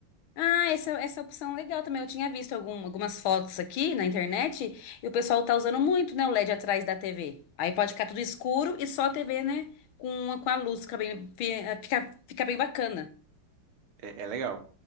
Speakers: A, on the left; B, on the right.
A: Ah, essa, essa opção é legal também. Eu tinha visto algum- algumas fotos aqui na internet e o pessoal tá usando muito, né? O LED atrás da TV. Aí pode ficar tudo escuro e só a TV, né? Com, com a luz, fica bem, fica, fica bem bacana.
B: É, é legal.